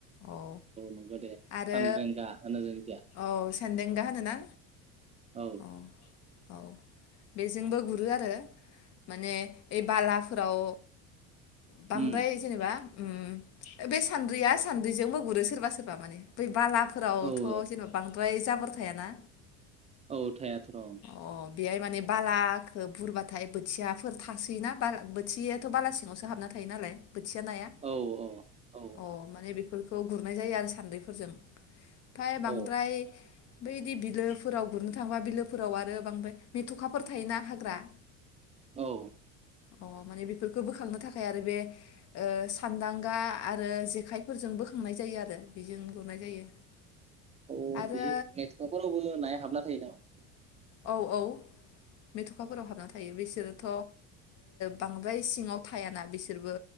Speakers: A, on the left; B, on the right.
A: औ
B: नंगौ दे
A: आरो
B: सानरेंगा होनो जोंनिखिया
A: औ सेेनदांगा होनोना
B: औ
A: औ औ बेजोंबो गुरो आरो माने ओइ बालाफोराव बांद्राय
B: उम
A: जेनेबा उम बे सान्द्रिया सान्द्रिजों बो गुरो सोरबा सोरबा माने बै बाला फोरावथ
B: औ
A: जेनबा ओमफ्राय जाबोर थायाना
B: औ थायाथ' र' औ
A: अ बेहाय माने बालाखौ बुरबाथाय बोथियाफोर थासोयोना बोथियाथ बालासि सिङावसो हाबना थायो नालाय बोथिया नाया
B: औ औ
A: अ माने बे फोरखौ गुरनाय जायो आरो सान्द्रिफोरजों ओमफाय बांद्राय
B: औ
A: बैदि बिलो फोराव गुरनो थांबा बिलोफोराव आरो बांद्राय मेथखाफोर थायोना हाग्रा
B: औ
A: अ माने बेफोरखौ बोखांनो बेनि थाखाय आरो बे सानदांगा आरो जेखाइफोरजों बोखांनाय जायो आरो बेजों गुरनाय जायो
B: औ
A: आरो
B: बे मेथखाफोरावबो नाया हाबना थायो नामा
A: औ औ मेथुखाफोराव हाबना थायो बिसोरोथ बांद्राय सिङाव थायाना बिसोरबो